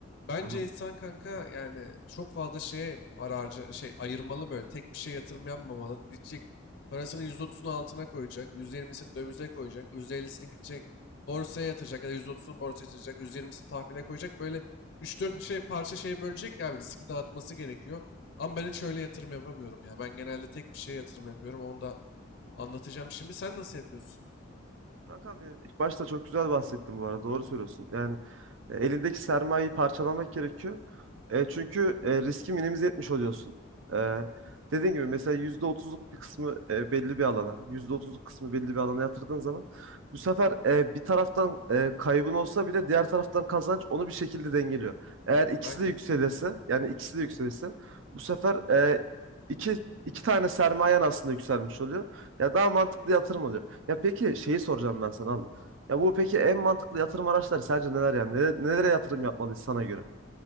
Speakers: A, on the left (about 60°); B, on the right (about 75°).
A: Bence
B: Hı hı.
A: insan kanka yani çok fazla şeye ararca şey ayırmalı böyle tek bir şeye yatırım yapmamalı. Gidecek parasının %30'unu altına koyacak, %20'sini dövize koyacak, %50'sini gidecek borsaya yatıracak ya da %30'unu borsaya yatıracak, %20'sini tahvile koyacak. Böyle 3-4 şey parça şeye bölecek ya bir riski dağıtması gerekiyor. Ama ben hiç öyle yatırım yapamıyorum ya. Ben genelde tek bir şeye yatırım yapıyorum. Onu da anlatacağım şimdi. Sen nasıl yapıyorsun?
B: Kankam benim ilk başta çok güzel bahsettin bu arada doğru söylüyorsun. Yani E, elindeki sermayeyi parçalamak gerekiyor. E, çünkü e, riski minimize etmiş oluyorsun. E, dediğim gibi mesela yüzde otuzluk bir kısmı e, belli bir alana, yüzde otuzluk kısmı belli bir alana yatırdığın zaman bu sefer e, bir taraftan e, kaybın olsa bile diğer taraftan kazanç onu bir şekilde dengeliyor. Eğer ikisi
A: Aynen.
B: de yükselirse, yani ikisi de yükselirse bu sefer e, iki iki tane sermayen aslında yükselmiş oluyor. Ya daha mantıklı yatırım oluyor. Ya peki şeyi soracağım ben sana abi. Ya bu peki en mantıklı yatırım araçları sence neler yani? Nele- Nelere, yatırım yapmalıyız sana göre?